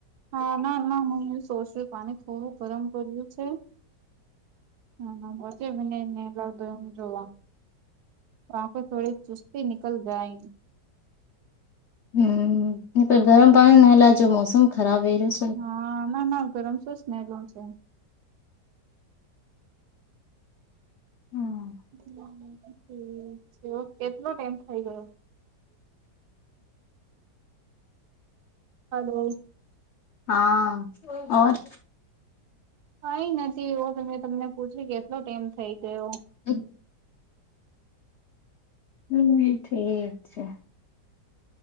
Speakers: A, on the right; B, on the left.
A: હા ના ના હું એ સોસું પાણી થોડું ગરમ કર્યું છે. હ ના બસ ભને એને લ જોવ. વાં પ થોડી ચુસ્તી નિકલ જાય.
B: હમ હું તો ગરમ પાણી નાહલા જો મોસમ ખરાબ હે.
A: હા ના ના ગરમ શું જનેલું છે.
B: હમ્મ.
A: ઠીક છે કેટલો ટાઈમ થઇ ગયો. હલો.
B: હા અવાજ
A: કઈ નથી એવો તો મેં તમને પૂછ્યું કેટલો ટાઈમ થઇ ગયો.
B: એક હમ ઠીક છે.